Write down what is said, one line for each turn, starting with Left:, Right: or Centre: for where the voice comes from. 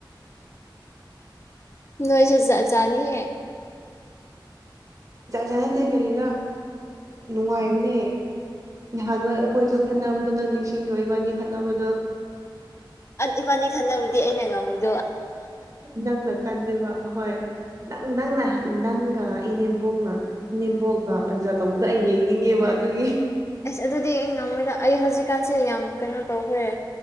Left: ꯅꯣꯏꯁꯖꯅꯤ ꯍꯥꯏ
Right: ꯎꯝꯖꯅꯠꯇ ꯀꯔꯤꯔ ꯅꯨꯡꯉꯥꯏꯕꯅꯦ ꯅꯍꯥꯟꯋꯥ ꯑꯩꯈꯣꯏꯁꯨ ꯈꯠꯅꯕꯗꯣ ꯅꯪ ꯅꯤꯡꯁꯤꯡꯗꯣꯏꯕꯥꯅꯤ ꯈꯠꯅꯕꯗꯣ
Left: ꯏꯕꯥꯅꯤ ꯈꯟꯅꯕꯨꯗꯤ ꯑꯩꯅ ꯉꯥꯎꯗ
Right: ꯅꯪꯅ ꯀꯜꯂꯤꯕ ꯍꯣꯏ ꯅꯪ ꯅꯪꯅ ꯅꯪꯒ ꯏꯅꯦꯝꯕꯣꯛꯅ ꯏꯅꯦꯝꯕꯣꯛꯒ ꯄꯟꯖ ꯇꯧꯕꯗ ꯑꯩ ꯌꯦꯡꯅꯤꯡꯉꯦꯕ ꯑꯗꯨꯒꯤ
Left: ꯑꯁ ꯑꯗꯨꯗꯤ ꯑꯩ ꯉꯃꯣꯏꯗ ꯑꯩ ꯍꯧꯖꯤꯛꯀꯥꯟꯁꯤꯗ ꯌꯥꯝ ꯀꯩꯅꯣ ꯇꯧꯈ꯭ꯔꯦ ꯑ